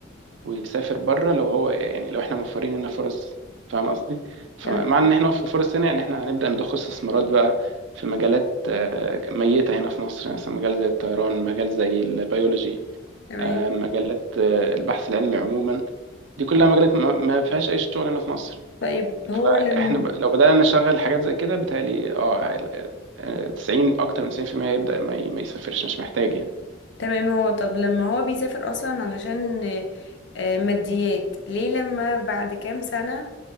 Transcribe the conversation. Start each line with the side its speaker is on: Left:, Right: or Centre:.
Right: ويسافر بره لو هو يعني لو احنا موفرين لنا فرص فاهم قصدي فمع
Left: تمام
Right: ان احنا في فرص هنا يعني احنا هنبدأ نضخ استثمارات بقى في مجالات آه، ميتة هنا في مصر يعني مثلا مجال زي الطيران مجال زي البيولوجي
Left: تمام
Right: آه، مجالات آه، البحث العلمي عموما دي كلها مجالات ما ما فيهاش اي شغل هنا في مصر
Left: طيب هو
Right: فاحنا
Left: لما
Right: ب... لو بدأنا نشغل حاجات زي كده بتهيألي اه ال- ال- 90 اكتر من 90% يبدأ ما, ي... ما يسافرش مش محتاج يعني
Left: تمام هو طب لما هو بيسافر اصلا علشان آه، آه، ماديات ليه لما بعد كام سنة